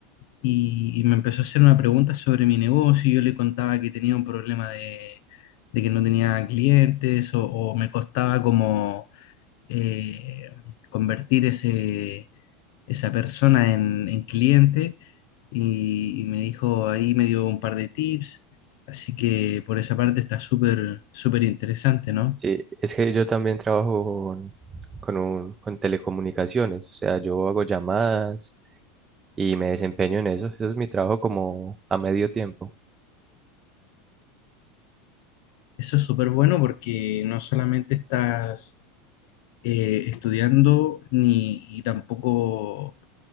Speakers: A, on the left; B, on the right.
A: y, y me empezó a hacer una pregunta sobre mi negocio. y Yo le contaba que tenía un problema de, de que no tenía clientes o, o me costaba como eh, convertir ese, esa persona en, en cliente y, y me dijo, ahí me dio un par de tips. Así que por esa parte está súper, súper interesante, ¿no?
B: Sí, es que yo también trabajo con, con un- con telecomunicaciones. O sea, yo hago llamadas y me desempeño en eso. Eso es mi trabajo como a medio tiempo.
A: Eso es súper bueno porque no solamente estás eh, estudiando ni y tampoco,